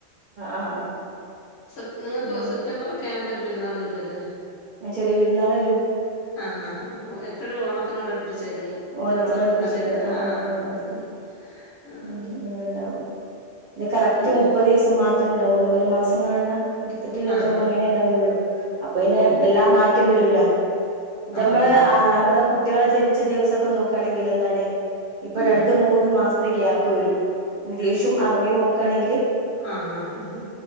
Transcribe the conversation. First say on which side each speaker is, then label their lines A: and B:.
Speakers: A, on the right; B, on the left.
A: ആഹ് ആഹ് ആഹ്
B: സെപ് നിങ്ങൾക്ക്
A: ഉം
B: സെപ്റ്റംബർ ഒക്കെ ആകുമ്പൊ ഒരു പെരുന്നാൾ വരും അല്ലേ
A: ചെറിയ പരുന്നാള് വരും
B: ആഹ് ആ ഹാ എപ്പോഴും ഓണത്തിനോട് അടുപ്പിച്ചായിരിക്കും
A: ഓണത്തിനോട്
B: തിരുവോണത്തിൻ്റെ
A: അടുപ്പിച്ചേക്ക്
B: തലേന്ന്
A: ആഹ്
B: ആ
A: ആഹ്
B: ആയിരിക്കും ആ
A: ഉം അങ്ങനെണ്ടാവും ഇ കറക്റ്റ്
B: പിന്നെ
A: മുപ്പത് ദിവസം മാത്രമേ ഉണ്ടാവുള്ളൂ ഇങ്ങനെ മാംസം കാണ് ഇരുപത്തെട്ട് ഇരുപത്തൊമ്പത്
B: ആ ഹാ
A: അങ്ങനെ ഉണ്ടാവൊള്ളൂ അപ്പൊ പിന്നെ
B: ഓ
A: വെല്ലാതെ മാറ്റം വരൂല ഇത്
B: ആ
A: നമ്മള്
B: ഹാ ഹാ
A: ആ
B: ഹാ
A: നമ്മള് കുട്ട്യാളെ ജനിച്ച ദിവസൊക്കെ നോക്കാണെങ്കിൽ എന്താണ് ഇപ്പൊ
B: ആ
A: രണ്ടു മൂന്ന് മാസത്തെ ഗ്യാപ്പ് വരും ഇഗ്ലീഷും അറബിം നോക്കാണെ
B: ആഹ് ഹാ ഹാ ഹാ